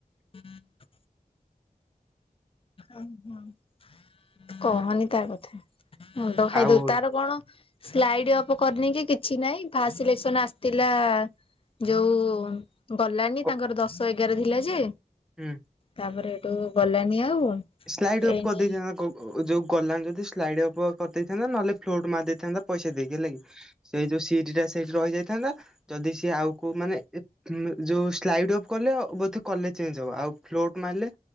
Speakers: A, on the left; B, in the centre.
A: ହୁଁ। ଓ ହୋ କହନି ତା କଥା। ମୁଣ୍ଡ ଖାଇ
B: ଆଉ
A: ଦଉ ତାର କଣ ସ୍ଲାଇଡ ଅଫ୍ କରିନି କି କିଛି ନାଇଁ ଫାସ ସିଲେକ୍ସନ ଆସିଲା। ଯୋଉ ଗଲାନି
B: କ
A: ତାଙ୍କର ଦଶ ଏଗାର ଥିଲା ଯେ
B: ହୁଁ।
A: ତାପରେ ଏଠୁ ଗଲାନି ଆଉ।
B: ସ୍ଲାଇଡ୍ ଅପ
A: ଏଇନେ
B: କରିଦେଇଛ <unintelligible> ଯୋଉ ଗଲାନ ଯଦି ସ୍ଲାଇଡ୍ କରିଦେଇଥାନ୍ତା ନହେଲେ ଫ୍ଲୋଟ ମାର ଦେଇଥାନ୍ତା ପଇସା ଦେଇକି ହେଲାଣି। ସେଇ ଯୋଉ ସିଟି ଟା ସେଇଠି ରହି ଯାଇଥାନ୍ତା। ଯଦି ସିଏ ଆଉକୁ ମାନେ ଯୋଉ ସ୍ଲାଇଡ ଅଫ୍ କଲେ ବୋଧେ କଲେଜ ଚେଞ୍ଜ ହବ। ଆଉ ଫ୍ଲୋଟ ମାରିଲେ